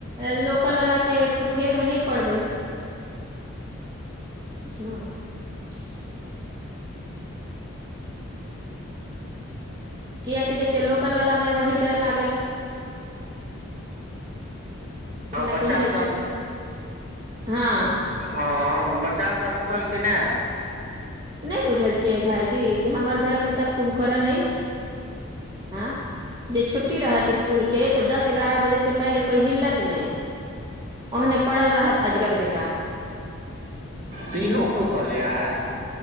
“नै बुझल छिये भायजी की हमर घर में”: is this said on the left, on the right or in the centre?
Right